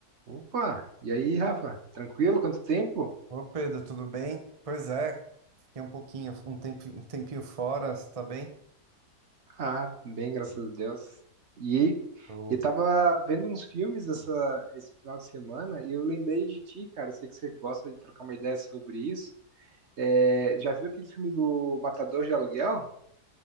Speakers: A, on the right; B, on the right.
A: Opa! E aí, Rafa? Tranquilo? Quanto tempo?
B: Ô Pedro, tudo bem? Pois é, fiquei um pouquinho, um tempi- um tempinho fora, você tá bem?
A: Ah, bem, graças a Deus. E aí,
B: Eu
A: eu tava vendo uns filmes essa, esse final de semana e eu lembrei de ti, cara. Eu sei que você gosta de trocar uma ideia sobre isso. É, já viu aquele filme do Matador de Aluguel?